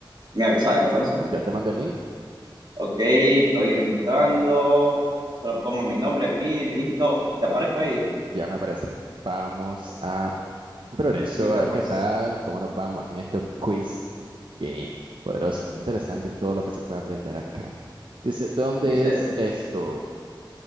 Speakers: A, on the right (about 55°); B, on the right (about 75°).
A: Me avisas entonces.
B: Ya te mandé el link,
A: Ok, estoy entrando. Solo pongo mi nombre aquí. Listo. ¿Te aparezco ahí?
B: ya me parece. Vamos
A: Ok,
B: a un progreso,
A: listo,
B: a ver
A: pues.
B: qué tal, cómo nos vamos en este quiz Bien, poderoso, muy interesante todo lo que se puede aprender acá. Dice, ¿dónde
A: Dice
B: es esto?